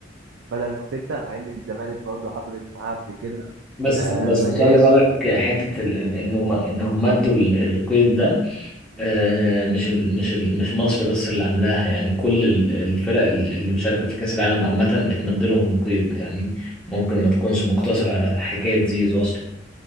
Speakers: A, on the right; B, in the centre.
A: بدل ما سته مع ان الزمالك برضه حصلت معاه قبل كده
B: بس
A: آه،
B: بس
A: ما جاش
B: خلي بالك حته ال- ال- انه ما- انهم مدوا ال- القيد ده آه، مش ال مش ال مش مصر بس اللي عاملاها يعني كل ال- الفرق ال- اللي مشاركة في كأس العالم عامة اتمد لهم القيد يعني ممكن ما تكونش مقتصرة على حكاية زيزو أصلا